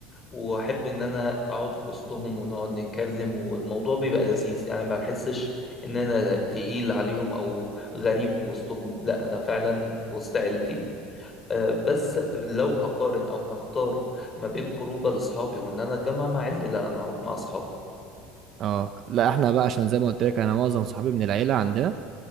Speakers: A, on the left; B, on the right.
A: وأحب إن أنا أقعد في وسطهم ونقعد نتكلم والموضوع بيبقى لذيذ يعني ما بحسش إن أنا تقيل عليهم أو غريب في وسطهم لا أنا فعلا في وسط عيلتي آه، بس لو هقارن أو هختار ما بين خروجة لأصحابي وإن أنا أتجمع مع عيلتي لا أنا هروح مع أصحابي
B: اه لا احنا بقى عشان زي ما قلت لك انا معظم صحابي من العيلة عندنا